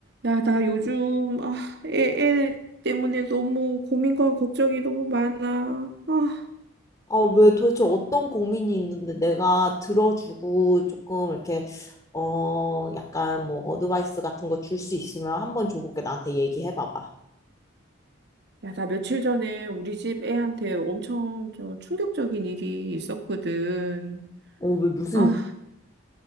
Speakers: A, on the right; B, on the left.
A: 야, 나 요즘, 아, 애, 애 때문에 너무 고민과 걱정이 너무 많아. 아,
B: 아, 왜 도대체 어떤 고민이 있는데 내가 들어주고 조금 이렇게, 어, 약간 뭐 어드바이스 같은 거 줄 수 있으면 한번 줘볼게. 나한테 얘기해봐봐.
A: 야, 나 며칠 전에 우리 집 애한테 엄청 좀 충격적인 일이 있었거든.
B: 어, 왜 무슨,
A: 아,